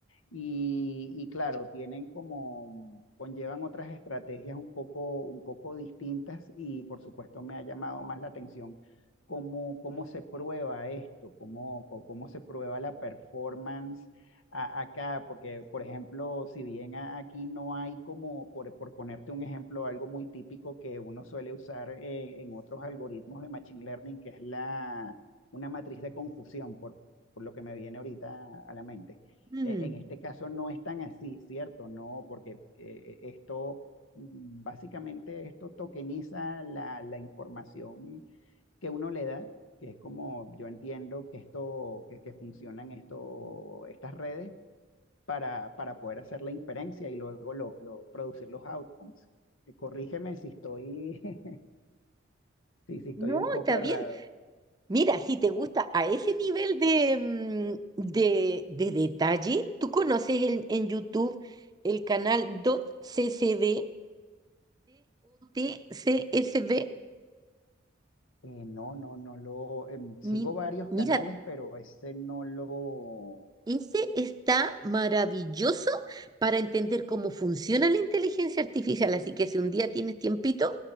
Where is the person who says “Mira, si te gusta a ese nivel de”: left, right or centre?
Right